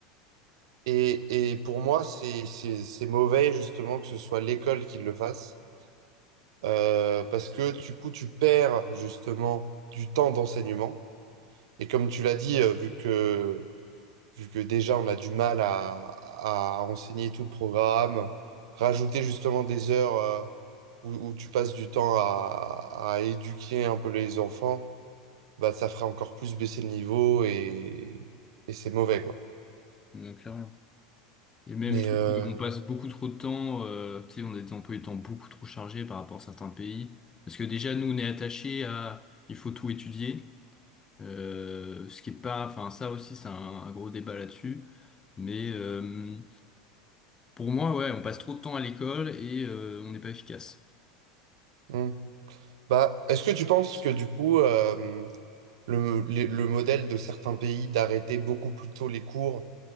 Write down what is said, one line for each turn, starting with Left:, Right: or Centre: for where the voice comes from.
Right: Et, et pour moi, c'est, c'est, c'est mauvais justement que ce soit l'école qui le fasse, euh, parce que du coup, tu perds justement du temps d'enseignement. Et comme tu l'as dit, euh, vu que vu que déjà on a du mal à, à enseigner tout le programme, rajouter justement des heures euh, où, où tu passes du temps à, à éduquer un peu les enfants, bah ça fera encore plus baisser le niveau et, et c'est mauvais quoi.
Left: euh, clairement. Et même
Right: Mais
Left: je trouve
Right: euh,
Left: qu'on passe beaucoup trop de temps, euh, tu sais, on a des emplois du temps beaucoup trop chargés par rapport à certains pays. Parce que déjà nous on est attachés à, il faut tout étudier, euh, ce qui est pas, enfin ça aussi c'est un, un gros débat là-dessus. Mais euh, pour moi, ouais, on passe trop de temps à l'école et euh, on n'est pas efficace.
Right: hmm. Bah, est-ce que tu penses que du coup euh, le, les- le modèle de certains pays d'arrêter beaucoup plus tôt les cours